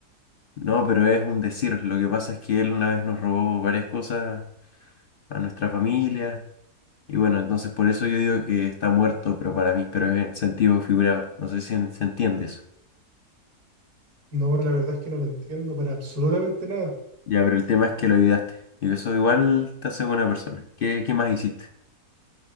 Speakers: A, on the left; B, on the right.
A: No, pero es un decir. Lo que pasa es que él una vez nos robó varias cosas a nuestra familia. Y bueno, entonces por eso yo digo que está muerto, pero para mí, pero es en sentido figurado. No sé si en- se entiende eso.
B: No, la verdad es que no lo entiendo para absolutamente nada.
A: Ya, pero el tema es que lo olvidaste. Y eso igual te hace buena persona. ¿Qué, qué más hiciste?